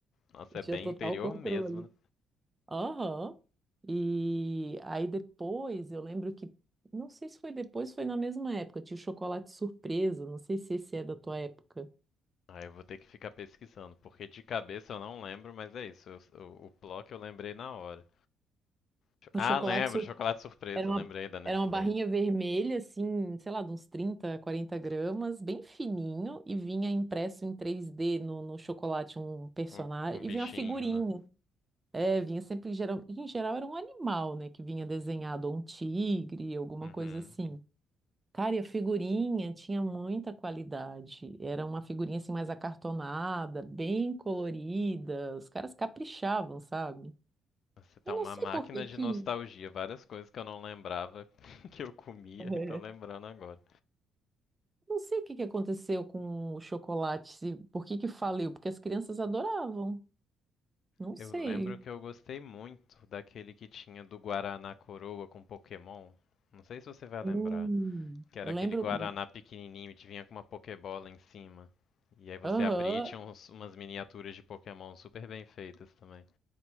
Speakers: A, on the left; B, on the right.
A: Nossa,
B: Eu
A: é
B: tinha
A: bem
B: total
A: interior
B: controle.
A: mesmo, né?
B: Aham. E aí depois, eu lembro que, não sei se foi depois, foi na mesma época, tinha o chocolate surpresa, não sei se esse é da tua época.
A: Ah, eu vou ter que ficar pesquisando, porque de cabeça eu não lembro, mas é isso. eu- o, o Plock eu lembrei na hora. Cho-
B: O
A: Ah,
B: chocolate
A: lembro,
B: surpresa
A: chocolate surpresa,
B: era uma,
A: lembrei da Nestlé.
B: era uma barrinha vermelha, assim, sei lá, de uns 30, 40 gramas, bem fininho, e vinha impresso em três d no, no chocolate um personagem,
A: Um, um
B: e
A: bichinho,
B: vinha uma figurinha.
A: né?
B: É, vinha sempre, em geral, em geral era um animal, né, que vinha desenhado, ou um tigre, alguma
A: Uhum.
B: coisa assim. Cara, e a figurinha tinha muita qualidade. Era uma figurinha assim mais acartonada, bem colorida. Os caras caprichavam, sabe?
A: Você tá
B: Eu
A: uma
B: não sei
A: máquina
B: por que que,
A: de nostalgia. Várias coisas que eu não lembrava <laughs> que eu comia
B: <laughs>
A: e tô lembrando
B: É.
A: agora.
B: não sei o que que aconteceu com o chocolate, se- por que que faliu, porque as crianças adoravam. Não
A: Eu
B: sei.
A: lembro que eu gostei muito daquele que tinha do Guaraná Coroa com Pokémon. Não sei se você vai
B: Hum.
A: lembrar. Que era
B: Eu
A: aquele
B: lembro,
A: Guaraná pequenininho e te vinha com uma Pokébola em cima. E aí você
B: aham,
A: abria e tinha uns- umas miniaturas de Pokémon super bem feitas também.